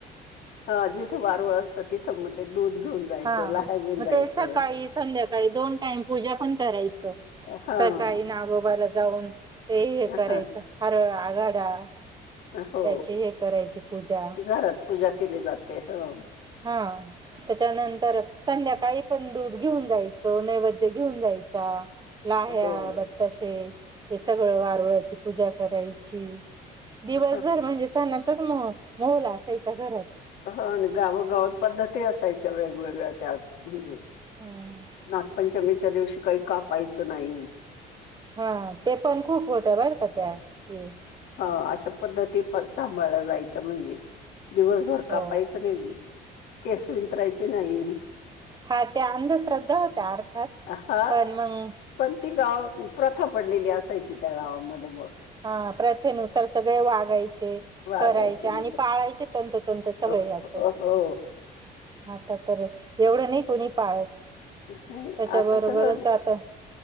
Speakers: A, on the left; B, on the right.
A: हा जिथं वारूळ असतं तिथ म ते दूध घेऊन. जायचं
B: हा
A: लाह्या घेऊन
B: म
A: जायचं
B: ते सकाळी संध्याकाळी दोन टाइम पूजा पण करायचं.
A: हा
B: सकाळी नागोबाला जाऊन, ते हे
A: ह
B: करायचं हारळ आघाडा
A: हो
B: त्याची हे करायची पूजा
A: घरात पूजा केली जाते. हो.
B: हा त्याच्यानंतर संध्याकाळी पण दूध घेऊन जायचं, नैवेद्य घेऊन जायचा, लाह्या
A: हो
B: ब बत्ताशे ते सगळं, वारुळाची पूजा करायची दिवस
A: ह
B: ते सणाचाच मो माहोल असायचा घरात.
A: हं आण गावगावात पद्धती असायच्या, वेगवेगळ्या त्यात पूर्वी.
B: घरात
A: नागपंचमीच्या दिवशी काही कापायचं नाई.
B: हा ते पण खूप होत्या बर का त्या. हे
A: हा. अशा पद्धती पण सांभाळल्या जायच्या म्हणजे. दिवसभर कापायचं
B: हो
A: नाय केस विंचरायचे नाई.
B: हां त्या अंधश्रद्धा होत्या अर्थात
A: हा
B: पण मंग
A: पण ती गाव प्रथा पडलेली असायची त्या गावामध्ये मग.
B: हां प्रथेनुसार सगळे वागायचे
A: वागायचे
B: करायचे
A: मग
B: आणि
A: तस
B: पाळायचे तंतोतंत सगळे
A: हो
B: असं.
A: हो.
B: आता तर एवढं नयी कोणी पाळत.
A: इथे
B: त्याच्या
A: आता
B: बरोबरच
A: सगळं
B: आता